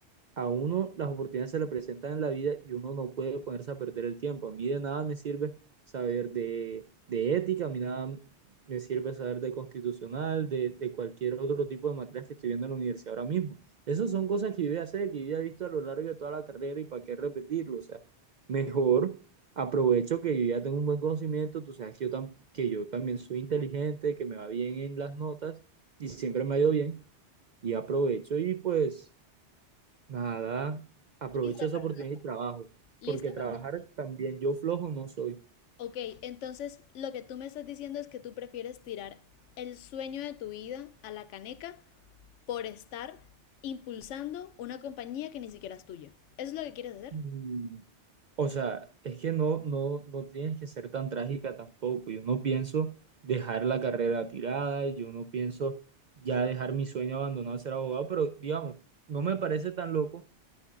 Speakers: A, on the right; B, on the left.
A: a uno las oportunidades se le presentan en la vida y uno no puede ponerse a perder el tiempo. A mí de nada me sirve saber de, de ética, a mí nada me sirve saber de constitucional, de, de, cualquier otro tipo de materias que estoy viendo en la universidad ahora mismo. Esas son cosas que yo ya sé, que yo ya he visto a lo largo de toda la carrera y para qué repetirlo. O sea, mejor aprovecho que yo ya tengo un buen conocimiento, tú sabes que yo, tam que yo también soy inteligente, que me va bien en las notas y siempre me ha ido bien y aprovecho y pues Nada, aprovecha
B: Listo,
A: esa
B: Fernando.
A: oportunidad y trabajo,
B: Listo,
A: porque trabajar
B: Fernando.
A: también yo flojo no soy.
B: Ok, entonces lo que tú me estás diciendo es que tú prefieres tirar el sueño de tu vida a la caneca por estar impulsando una compañía que ni siquiera es tuya. ¿Eso es lo que quieres hacer?
A: Mm, O sea, es que no, no, no tienes que ser tan trágica tampoco. Yo no pienso dejar la carrera tirada, yo no pienso ya dejar mi sueño abandonado de ser abogado, pero digamos, no me parece tan loco